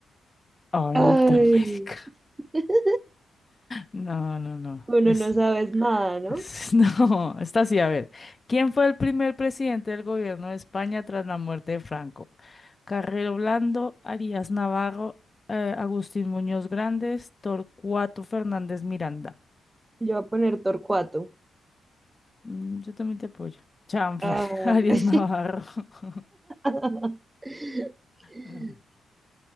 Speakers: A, on the left; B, on the right.
A: Ay,
B: Ay,
A: Norteamérica.
B: <laughs>
A: No, no, no.
B: bueno,
A: Es,
B: no sabes nada, ¿no?
A: es- <laughs> no, está así. A ver, ¿quién fue el primer presidente del gobierno de España tras la muerte de Franco? Carrero Blando, Arias Navarro, eh, Agustín Muñoz Grandes, Torcuato Fernández Miranda.
B: Yo voy a poner Torcuato.
A: Mm, yo también te apoyo. Chanfle,
B: Ay.
A: <laughs> Arias Navarro. <laughs>
B: <laughs>
A: No.